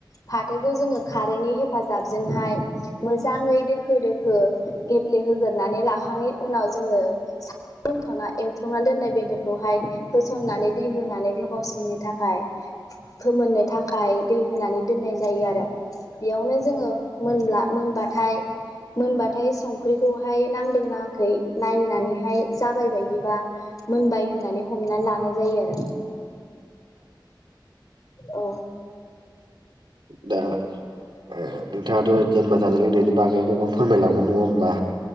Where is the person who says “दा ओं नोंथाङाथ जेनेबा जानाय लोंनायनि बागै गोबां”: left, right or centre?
Right